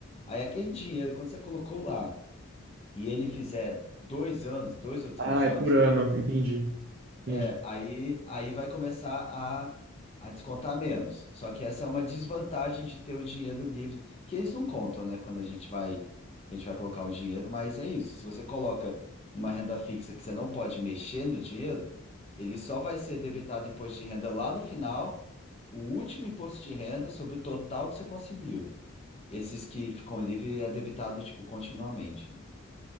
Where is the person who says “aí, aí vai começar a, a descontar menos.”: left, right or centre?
Left